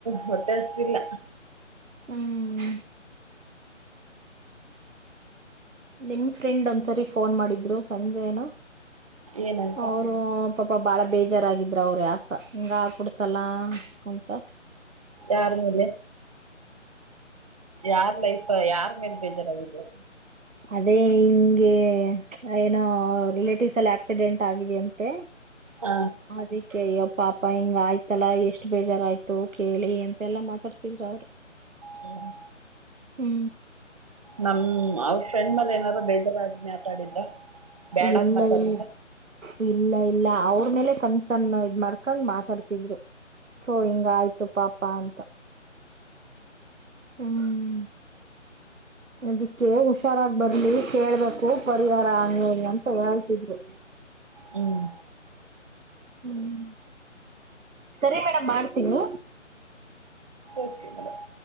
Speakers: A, on the right; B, on the right.
A: ಹೊಟ್ಟೆ ಅಸವಿಲ್ಲ
B: ಹ್ಮ್ ನಿಮ್ ಫ್ರೆಂಡ್ ಒಂದ್ಸರಿ ಫೋನ್ ಮಾಡಿದ್ರು ಸಂಜೆನ
A: ಏನಂತ
B: ಅವರು ಪಪಾ ಬಾಳ ಬೇಜಾರಾಗಿದ್ರ ಅವ್ರ ಯಾಕ ಹಿಂಗ ಕುಡ್ತಲ್ಲ ಕುಂತ
A: ಯಾರನಲೆ ಯಾರ್ ಲೈಫ್ ಯಾರ ಮೇಲ್ ಬೇಜಾರಾಗಿದೆ
B: ಅದೇ ಹಿಂಗೆ ಏನೋ ರಿಲೇಟಿವ್ಸ್ ಎಲ್ಲ ಆಕ್ಸಿಡೆಂಟ್ ಆಗಿದೆ ಅಂತೆ
A: ಹ
B: ದಕ್ಕೆಯ ಪಾ ಪ್ಪಾ ಹಿಂಗ ಆಯ್ತಲ್ಲಾ ಎಷ್ಟ್ ಬೇಜಾರಾಯ್ತು ಕೇಳಿ ಎಂತೆ ಎಲ್ಲಾ ಮಾತಾಡ್ತಿದ್ರ ಅವರು
A: ಹ್ಮ
B: ಹ್ಮ
A: ನಮ್ ಅವ್ರ ಫ್ರೆಂಡ್ ಮಲೆ ಏನಾರು ಬೇಜಾರಾದ್ ಮಾತಾಡಿದ್ರ ಬ್ಯಾಡಾಗಿ
B: ಇಲ್ಲ
A: ಮಾತಾಡಿದ್ರ
B: ಇಲ್ಲ ಇ ಇಲ್ಲ ಅವ್ರ ಮೇಲೆ ಕನ್ಸನ್ನ ಇದ್ ಮಾಡ್ಕೊಂಡ್ ಮಾತಾಡ್ತಿದ್ರು. ತೂ ಹಿಂಗ್ ಆಯ್ತು ಪಾಪ ಅಂತ ಹ್ಮ್. ಅದಿಕ್ಕೆ ಹುಷಾರಾಗ ಬರ್ಲಿ ಕೇಳ್ಬೇಕು ಪರಿಹಾರ ನೀ ಅಂತ ಹೇಳ್ತಿದ್ರು. ಹಾ
A: ಹ್ಮ್
B: ಹ್ಮ್ ಸರಿ ಮೇಡಮ್ ಮಾಡ್ತೀನಿ.
A: Okay madam